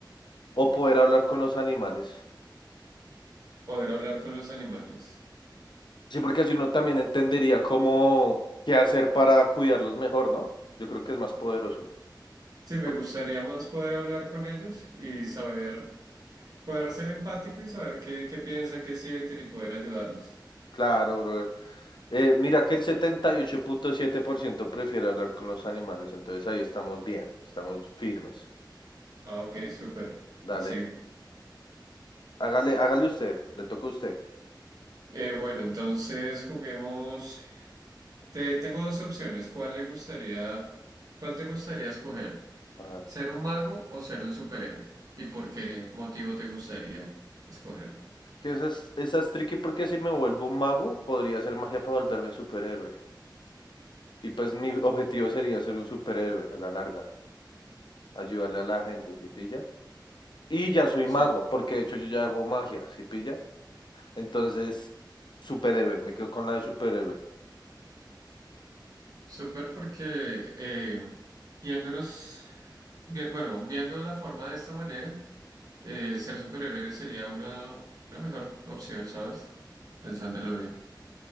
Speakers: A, on the left; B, on the right.
A: o poder hablar con los animales?
B: Poder hablar con los animales.
A: Sí, porque así uno también entendería cómo qué hacer para cuidarlos mejor, ¿no? Yo creo que es más poderoso.
B: Sí, me
A: O-
B: gustaría más poder hablar con ellos y saber, poder ser empático y saber qué, qué piensan, qué sienten y poder ayudarlos.
A: claro, brother. Eh, mira que el setenta y ocho punto siete por ciento prefiere hablar con los animales, entonces ahí estamos bien, estamos firmes.
B: Ah, ok, súper.
A: Dale,
B: Sí.
A: hágale, hágale usted, le toca a usted.
B: Eh, bueno, entonces juguemos. Te, tengo dos opciones. ¿Cuál le gustaría, cuál te gustaría escoger?
A: Ajá.
B: ¿Ser un mago o ser un superhéroe? ¿Y por qué motivo te gustaría escogerlo?
A: Que esa es, esa es tricky porque si me vuelvo un mago, podría hacer magia para volverme superhéroe. Y pues mi objetivo sería ser un superhéroe a la larga, ayudarle a la gente, ¿sí pilla? Y ya soy
B: Sí,
A: mago, porque de hecho yo ya hago magia, ¿sí pilla? Entonces, superhéroe, me quedo con la de superhéroe.
B: súper porque eh, yéndonos, bien, bueno, viendo la forma de esta manera, eh, ser superhéroe sería una, una mejor opción, ¿sabes? Pensándolo bien.